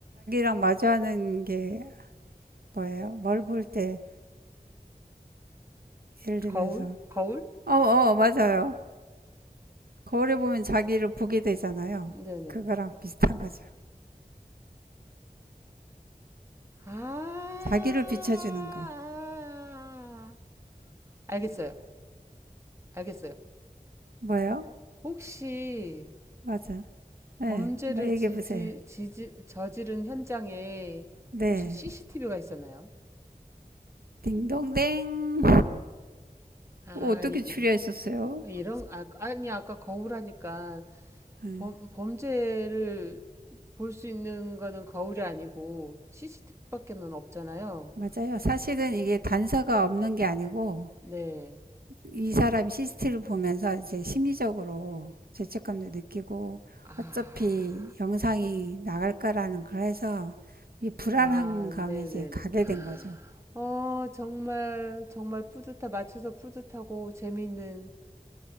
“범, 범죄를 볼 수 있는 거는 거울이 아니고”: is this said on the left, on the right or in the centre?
Right